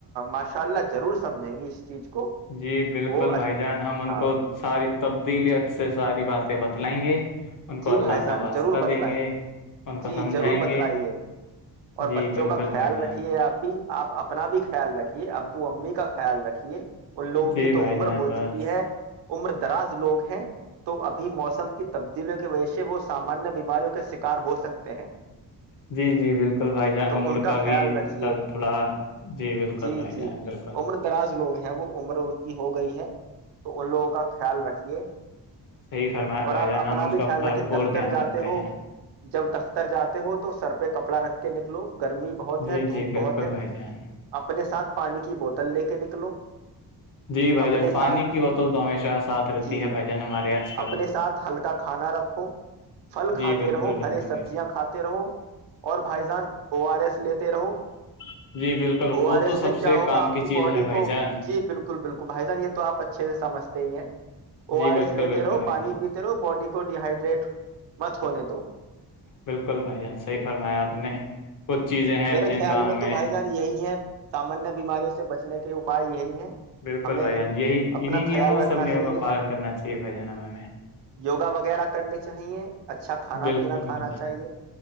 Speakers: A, on the right; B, on the left.
A: ماشاء اللہ ضرور سمجھیں گے اس چیز کو
B: جی بالکل
A: وہ
B: بھائی جان ہم ان
A: ہاں
B: کو ساری تبدیلیت سے ساری باتیں بتلائیں گے ان کو
A: جی
B: اللہ
A: بھائی جان
B: کا واسطہ
A: ضرور بتلائیے
B: دیں گے ان کو
A: جی
B: سمجھائیں
A: ضرور بتلائیے
B: گے
A: اور
B: جی
A: بچوں
B: بالکل
A: کا خیال
B: بھائی جان
A: رکھیے آپ بھی آپ اپنا بھی خیال رکھیے ابو امی کا خیال رکھیے ان لوگوں
B: جی
A: کی تو
B: بھائی
A: عمر
B: جان
A: ہو
B: بس
A: چکی ہے عمر دراز لوگ ہیں تو اب موسم کی تاب کی وجہ سے وہ سامانیہ بیماریوں کے شکار ہو سکتے ہیں
B: جی جی بالکل بھائی جان
A: تو
B: عمر
A: ان کا خیال
B: بھی
A: رکھیے
B: تھوڑا بالکل
A: جی
B: بھائی
A: جی
B: جان بالکل
A: عمر دراز لوگ ہیں وہ عمر ان کی ہو گئی ہے تو ان لوگوں کا خیال رکھیے
B: صحیح فرمایا
A: اور
B: بھائی
A: آپ
B: جان
A: اپ
B: ہم
A: اپنا
B: ان
A: بھی
B: کا
A: خیال
B: بھرپور
A: رکھے دفتر
B: دھیان
A: جاتے
B: رکھتے
A: ہو
B: ہیں
A: جب دفتر تر جاتے ہو تو سر پہ کپڑا رکھ کے نکلو گرمی بہت
B: جی
A: ہے
B: جی
A: دھوپ
B: بالکل
A: بہت ہے
B: بھائی جان
A: اپنے ساتھ پانی کی بوتل تل لے کے نکلو
B: جی بھائی
A: اپنے
B: جان
A: ساتھ
B: پانی کی بوتل تو ہمیشہ ساتھ رہتی
A: جی
B: ہے بھائی جان ہمارے آج کل
A: اپنے ساتھ ہلکا کھانا رکھو پھل کھاتے
B: جی بالکل
A: رہو
B: بالکل
A: ہری سبزیاں
B: بھائی
A: کھاتے رہو اور بھائی جان او آر ایس لیتے رہو
B: جان جی بالکل
A: او
B: وہ
A: آر ایس
B: تو سب
A: سے کیا ہوگا
B: کام
A: آپ کی
B: چیز
A: باڈی
B: ہے بھائی
A: کو
B: جان
A: جی بالکل بالکل بھائی جان یہ تو آپ اچھے سے سمجھتے ہی ہیں او
B: جی
A: آر
B: بالکل
A: ایس لیتے
B: بالکل
A: رہو
B: بھائی
A: پانی
B: جان
A: پیتے رہو باڈی کو ڈی ہائڈریٹ مت ہونے دو
B: بالکل بھائی جان صحیح فرمایا آپ نے کچھ چیزیں ہیں
A: میرے
B: جن
A: خیال
B: کا
A: میں
B: ہمیں
A: تو بھائی جان یہی ہے سامانیہ بیماریوں سے بچنے کے اپ پائے یہی ہے
B: بالکل
A: ہمیں
B: بھائی جان یہی انہیں
A: اپنا
B: نیموں
A: خیال رکھنا
B: سب نیموں
A: چاہیے
B: کا پالن کرنا چاہیے بھائی جان ہمیں
A: یوگا وغیرہ کرنی چاہیے اچھا کھانا
B: بالکل
A: پینا
B: بھائی
A: کھانا
B: جان
A: چاہیے